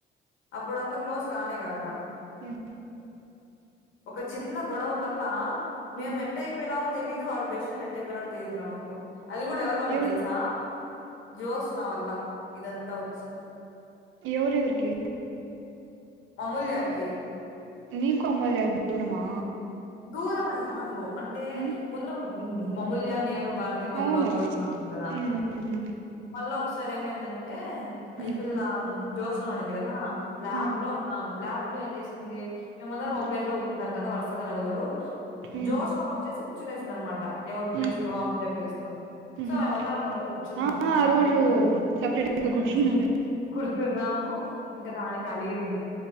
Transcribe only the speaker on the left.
అప్పుడు అంత క్లోస్ కానే కాదురా
ఒక చిన్న గొడవ వల్ల మేము
ఎట్టయిపోయినాము తెలీదు వాడు బెస్ట్ ఫ్రెండ్ ఎట్టయిపోయినడు తెలిదరా మాకు అది కూడా ఎవరి వల్ల
తెలుసా జోష్ణ వల్ల ఇదంతా వచ్చింది
అమూల్య కి
దూరం అని కాదు అంటే
ముందు మామూల్య నేను. భారతి మధు
బాగా క్లోజ్ గా ఉన్నారు కదా.
మళ్ళ ఒకసారి ఏమైందంటే. అంటే
ఈ పిల్ల జోత్స్న ఉంది కదా ల్యాబ్
లో ఉన్నాము. ల్యాబ్ లో ఏం చేసింది మేమందరం
మా ప్లేస్ లో కూర్చుంటాం కదా వరుసగా నలుగురు.
జోత్స్న వచ్చేసి కూర్చేసిందినమాట ఎవరి ప్లేస్
లో అమూల్య ప్లేస్ లో.
సో
మేము అందరం వదిలి కూర్చున్నాము
మా
ప్లేస్ లలో మేము
ఉమ్. కూర్చున్నాము ఇంకా దానికి అలిగింది.